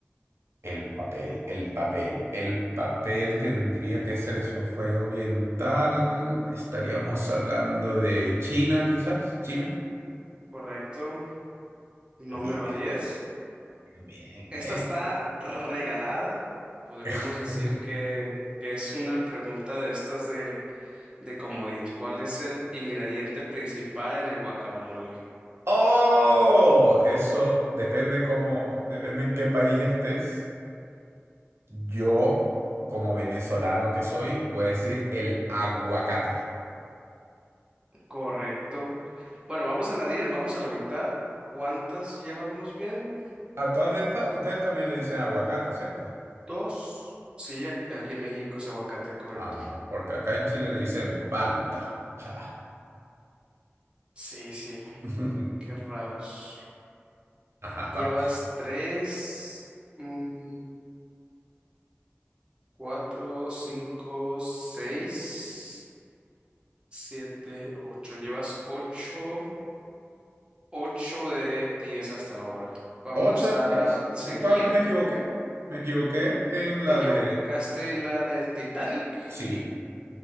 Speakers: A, on the right; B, on the right.
A: El papel, el papel, el papel tendría que ser eso, fue oriental, estaríamos hablando de China quizás, China.
B: Correcto, número
A: Bien,
B: diez,
A: bien, bien.
B: Esta está regalada, podríamos
A: <laughs>
B: decir que, que es una pregunta de estas de, de comodín. ¿Cuál es el ingrediente principal en el guacamole?
A: Oh, eso depende cómo, depende en qué país estés. Yo, como venezolano que soy, voy a decir el aguacate.
B: Correcto. Bueno, vamos en la 10, vamos a la mitad. ¿Cuántas llevamos bien?
A: A todas estas, ustedes también le dicen aguacate, ¿cierto?
B: Dos. Sí, ac- aquí en México es aguacate, correcto.
A: Ah, porque acá en Chile le dicen palta. Cha.
B: Sí, sí,
A: <laughs>
B: qué raros.
A: Ajá,
B: Llevas
A: vamos.
B: tres, mm, cuatro, cinco, seis, siete, ocho. Llevas ocho, ocho de diez hasta ahora. Vamos
A: Ocho
B: a
A: de diez ¿Y
B: seguir.
A: cuáles me equivoqué? Me equivoqué en la
B: Te equivocaste
A: de...
B: en la del Titanic
A: Sí,